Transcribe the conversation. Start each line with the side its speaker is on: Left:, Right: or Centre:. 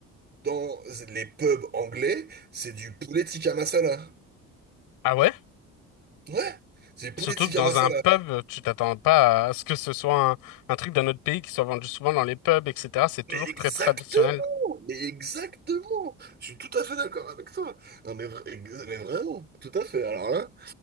Right: dans les pubs anglais, c'est du poulet tikka masala.
Left: Ah ouais?
Right: Ouais, c'est du poulet
Left: Surtout
Right: tikka
Left: que dans
Right: masala.
Left: un pub, tu t'attends pas à ce que ce soit un, un truc d'un autre pays qui soit vendu souvent dans les pubs, etc. C'est toujours
Right: Mais exactement,
Left: très traditionnel.
Right: mais exactement. Je suis tout à fait d'accord avec toi. Non mais, vra- ex- mais vraiment, tout à fait. Alors là,